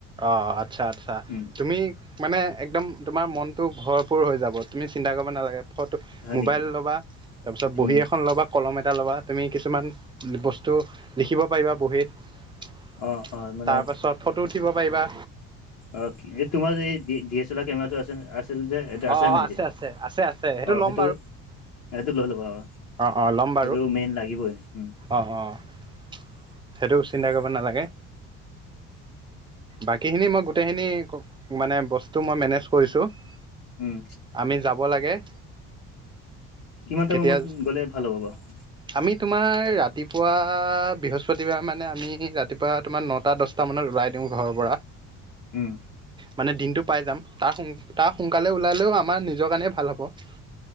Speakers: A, on the right (about 15°); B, on the left (about 60°).
A: অ আচ্ছা-আচ্ছা।
B: উম
A: তুমি মানে একদম তোমাৰ মনটো ভৰ <inaudible> ভৰপুৰ হৈ যাব, তুমি চিন্তা কৰিব নালাগে। ফটো
B: হয়
A: মোবাইল
B: নেকি
A: ল'বা তাৰপিছত বহী
B: উম
A: এখন ল'বা <unintelligible> কলম এটা ল'বা তুমি কিছুমান বস্তু লিখিব পাৰিবা বহীত। <inaudible> <inaudible>
B: অ' অ' মানে
A: তাৰ পাছত ফটো উঠিব পাৰিবা।
B: অ তোমাৰ এই ডি এছ এল আৰ কেমেৰাটো আ <unintelligible> আছিল যে এইটো আছে
A: অ অ
B: নাই এতিয়া?
A: আছে আছে আছে সেইটো
B: অ
A: ল'ম
B: সেইটো-সেইটো লৈ ল'বা আৰু <unintelligible>
A: অঁ-অঁ! লম। <unintelligible>
B: সেইটোতো মেইন লাগিবই। <inaudible>
A: অঁ-অঁ <inaudible> সেইটো চিন্তা কৰিব নালাগে। বাকীখিনি মই গোটেইখিনি মানে বস্তু মই মেনেজ কৰিছোঁ। <unintelligible>
B: উম
A: আমি যাব লাগে <inaudible>
B: কিমান টাইমত
A: কেতিয়া
B: গ'লে ভাল হ'ব বাৰু? <unintelligible>
A: আমি তোমাৰ ৰাতিপুৱা বৃহস্পতিবাৰ মানে আমি ৰাতিপুৱা তোমাৰ নটা, দহটা <unintelligible> <unintelligible> মানত ওলাই দিওঁ ঘৰৰ পৰা।
B: উম!
A: মানে দিনটো পাই যাম। তাৰ-তাৰ সোনকালে ওলালেও আমাৰ নিজৰ কাৰণেই ভাল হ'ব। <unintelligible>